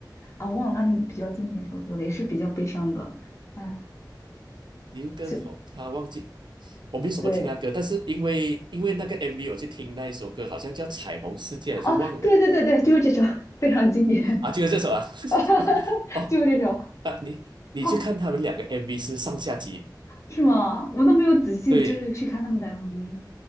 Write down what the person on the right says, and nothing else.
刘畊宏他忘记
我没什么听他歌，
但是因为因为那个 MV 我去听那一首歌，好像叫《彩虹世界》还是忘了
啊，就是这首啊。
<laughs> 哦，
啊，
你你去看他们两个
MV 是上下集，
对。